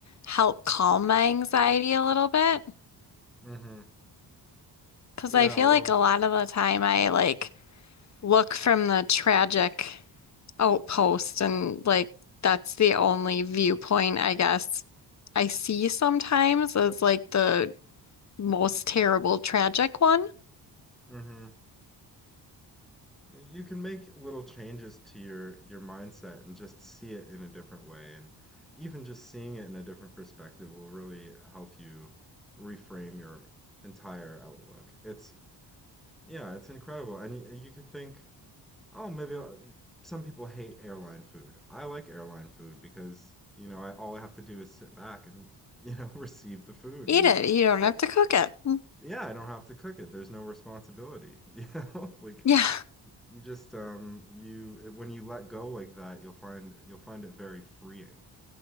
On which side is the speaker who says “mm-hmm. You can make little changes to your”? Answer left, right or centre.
Centre